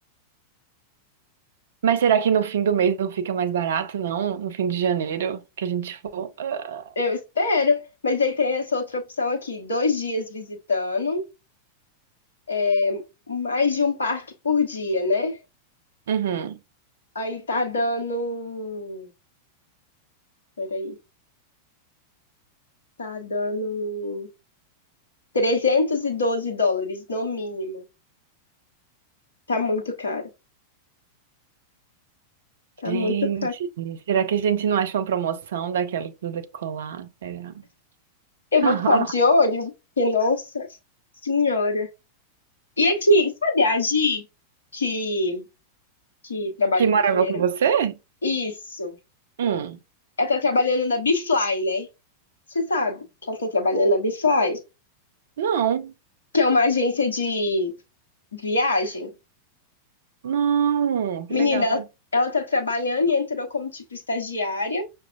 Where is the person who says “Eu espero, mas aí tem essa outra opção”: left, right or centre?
Left